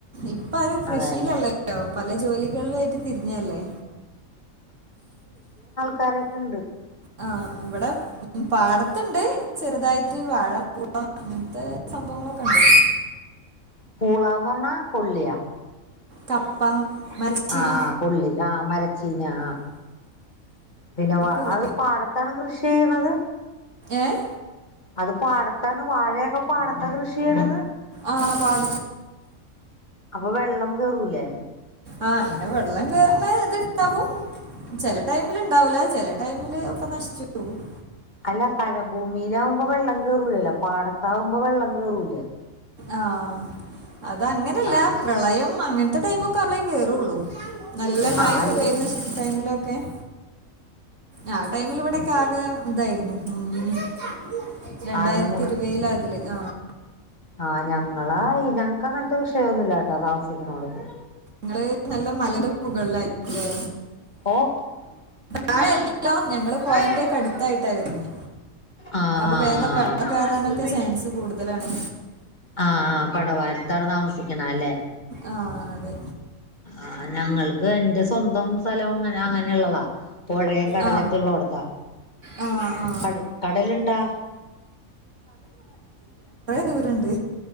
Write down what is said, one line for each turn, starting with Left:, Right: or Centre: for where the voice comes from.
Right: ഇപ്പാരും കൃഷിയിലല്ലോ
Left: അതല്ലേ
Right: പല ജോലികളിലും ആയിട്ട് തിരിഞ്ഞയല്ലേ
Left: തരക്കുണ്ട്
Right: ആ ഇവിടെ പാടത്തുണ്ട് ചെറുതായി ട്ട്ത്തിരി വാഴ പുഴ അങ്ങനത്തെ സംഭവങ്ങളൊക്കെ ഉണ്ട്
Left: പൂളാന്ന് പറഞ്ഞാ കൊല്ലിയ
Right: കപ്പ മരച്ചീനി
Left: ആഹാ ആ കൊള്ളി ആഹാ മരച്ചീനി ആ ആ പിന്നെ വ
Right: പൂള
Left: അത് പാടത്താണ് കൃഷി ചെയ്യണത്
Right: ഏഹ്
Left: അത് പാടത്താണ് വാഴയൊക്കെ പാടത്താ കൃഷി ചെയ്യണത്
Right: ആഹ് പാട
Left: അപ്പൊ വെള്ളം കേറൂലേ
Right: ആഹ് അങ്ങനെ വെള്ളം കേറുന്ന ഇത്ണ്ടാവും ചെല ടൈമിൽണ്ടാവില്ലേ ചേല ടൈം ഇവിടെയൊക്കെ നശിച്ചെന്ന് തോന്നുന്നു-
Left: അല്ലകരഭൂമി- ഇതാവുമ്പം വെള്ളം കേറൂലല്ലോ പാടം- ഇതാവുമ്പോ വെള്ളം കേറൂലേ?
Right: ആഹ് - അതങ്ങനല്ല
Left: ആ
Right: പ്രളയം അങ്ങനത്തെ ടൈംമൊക്കെ അവളെ- കേറുള്ളൂ- നല്ല മയയൊക്കെ
Left: ആ അൽ
Right: പെയ്യുന്ന ടൈമിലൊക്കെ- ആ ടൈമിൽ ഇവിടെക്കെ ആകെ ഇതായിരുന്നു - രണ്ടായിരത്തി
Left: ആകെ
Right: ഇരുപതിലാ അതില് ആഹ്-
Left: ആഹ് ഞങ്ങളാ ഞങ്ങക്ക് അങ്ങനത്തെ വിഷയൊന്നുമില്ലാട്ടോ താമസിക്കുന്ന അവിടത്തെ
Right: ഞങ്ങള് നല്ല മലരു മുകളിലല്ലേ
Left: ഓ കുഞ്ഞാവേ
Right: താഴെല്ലല്ലോ ഞങ്ങള്
Left: വായാവേ
Right: പോയന്റെ ഒക്കെ അടുത്തായിട്ടായിരുന്നേ
Left: ആഹ്
Right: അപ്പൊ വേഗം വെള്ളം
Left: എന്നിട്ട് ആഹ്
Right: കയറാനൊക്കെ
Left: കാണിക്കണി പെണ്ണ്
Right: ചാൻസ് കൂടുതലാണ്
Left: ആഹ് ആ് കടവാരത്താടെ താമസിക്കണ അല്ലേ
Right: ആ അതെ
Left: ആ ഞങ്ങൾക്ക് എന്റെ സ്വന്തം സ്വന്തം സ്ഥലം അങ്ങനെ അങ്ങനെള്ളതാ പുഴേയും കടലൊക്കെ
Right: ആ
Left: ഉള്ളോട്ത്ത
Right: ആ ആ
Left: കട കടലുണ്ടാ
Right: ദൂരണ്ട്